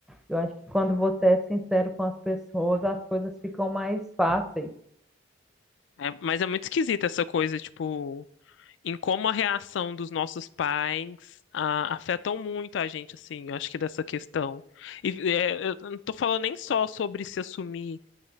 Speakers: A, in the centre; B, on the left.
A: Eu acho que quando você é sincero com as pessoas, as coisas ficam mais fáceis.
B: É, mas é muito esquisita essa coisa, tipo, em como a reação dos nossos pais ah, afetam muito a gente, assim, eu acho que dessa questão. E é, eu não tô falando nem só sobre se assumir